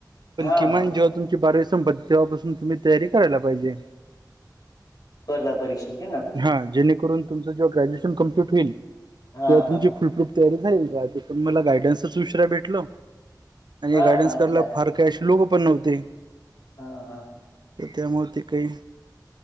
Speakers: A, on the right (about 80°); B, on the left (about 60°).
A: पण,
B: हा
A: किमान
B: हा
A: जेव्हा तुम बारावी संपत, तेव्हापासून तुम्ही तयारी करायला पाहिजे
B: स्पर्धा परीक्षा की ना
A: हा, जेणेकरून तुमचं जेव्हा ग्रॅज्युएशन कंप्लीट होईल,
B: हा
A: तेव्हा तुम
B: हा
A: फुलपूफ पण, मला गायडन्सचश्र भेटल आणि
B: हा
A: गाडन्स
B: हा अच्छा
A: करायला फार काय लोक पण नव्हते,
B: हा हा
A: तर त्यामुळे ते काही